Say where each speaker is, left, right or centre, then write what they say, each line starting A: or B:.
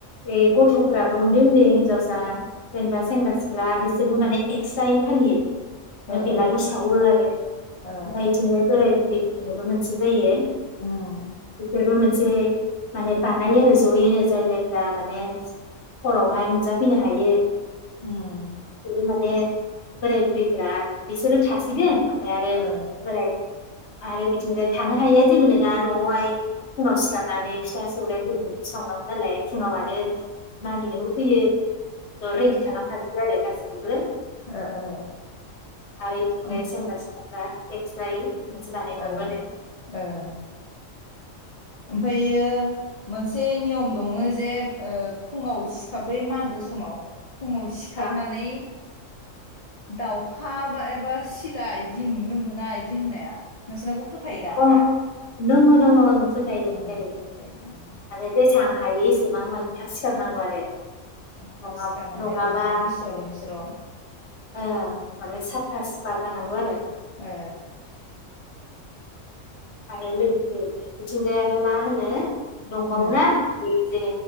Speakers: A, on the left; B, on the left.
A: ए गथ'फोराबो उनदै उनदै हिनजावसा जेनेबा सेंग्रा-सिख्ला बिसोरबो माने एक्सट्रायै फालियो
B: ओ
A: बेलागुर
B: ओ
A: सावो आरो ओमफ्राय
B: ओ
A: बिदिनोजाय बोराय- बुरिफोरनाबो मोनसे जायो
B: उम
A: बिसोरबो मोनसे माने बानायो आरो जयैनो जाय जायफ्रा माने हरावहाय नुजाफैनो हायो
B: ओम
A: बिसोरो माने बोराय बुरैफोरा बिसोरो थासिगोन ओमफ्राय आरो
B: ओ
A: बोराय - आरो बिदिनि थानो हायैया जेबो नोङा न'आवहाय फुङाव सिखारनानै फिसा सौरायफोरबोथ'
B: उम
A: सावनांगौ नालाय फुङाव आरो मागिनोबो फैयो ज' रेडि खालाम खाजोबबो आरो गासैखौबो
B: ओ ओ
A: आरो इथिंजाय
B: ओम
A: सेंग्रा-सिख्लाफ्रा एक्स्रायै मोनसे बानायबावो
B: ओ
A: आरो
B: ओ ओमफ्रायो मोनसे नियम दङ'जे ओ फुङाव सिखाब बै मागो समाव फुङाव सिखारनानै
A: अ
B: दाउखा बा एबा सिला इदि नुनो मोना बिदि होननाया नोंसोरनावबो फोथायो दा
A: अ
B: ना?
A: दङ' दङ' ओं फोथायो
B: ओं
A: फोथायो
B: फोथायो ओं
A: आरो जेसबां हायो एसेबां माने थाब सिखारनांगौ आरो
B: थाब
A: नङा
B: सिखारनानै
A: नङाबा
B: दुगैस्र' लोमस्र'
A: ओ माने साफा सुफा जानांगौ आरो
B: ए
A: आरो लोगोसे बिथिंजाय आरो मा होनो दंबावोना
B: ओ
A: बै जे